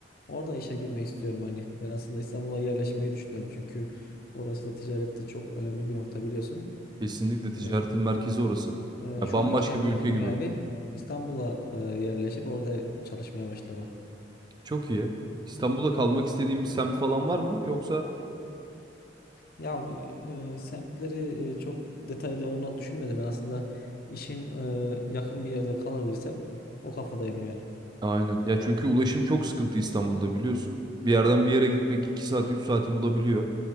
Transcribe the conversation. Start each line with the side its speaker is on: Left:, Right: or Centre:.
Left: Orada işe girmeyi istiyorum hani. Ben aslında İstanbul'a yerleşmeyi düşünüyorum çünkü orası da ticarette çok önemli bir nokta biliyorsun.
Right: Kesinlikle ticaretin
Left: Ee,
Right: merkezi orası.
Left: e,
Right: Ya
Left: şu
Right: bambaşka
Left: anki hedefim
Right: bir ülke gibi.
Left: yani İstanbul'a e, yerleşip orada çalışmaya başlamak.
Right: Çok iyi. İstanbul'da kalmak istediğin bir semt falan var mı? Yoksa
Left: Ya bu, e, semtleri e, çok detaylı olma düşünmedim. Ben aslında işin e, yakın bir yerde kalabilirsem o kafadayım yani.
Right: Aynen. Ya çünkü ulaşım çok sıkıntı İstanbul'da biliyorsun. Bir yerden bir yere gitmek 2 saat 3 saati bulabiliyor.